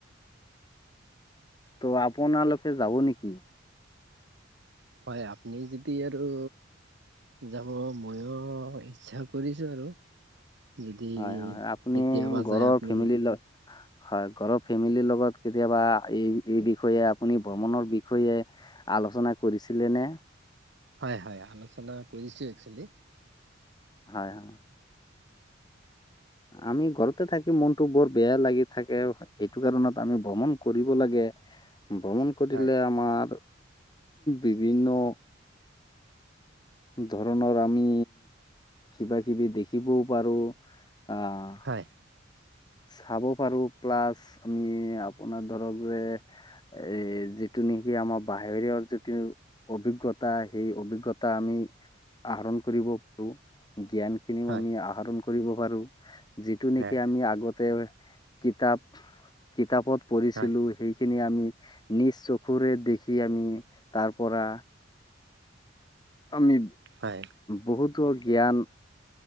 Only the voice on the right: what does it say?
হয় আপনি যদি আৰু যাব ময়ো ইচ্ছা কৰিছো আৰু। যদি
কেতিয়াবা
যায় আপুনি
হয়, হয়। আলোচনা কৰিছোঁ একচুৱেলি।
হয়,
হয়,
হয়,
হয়,
হয়,
হয়, হয়,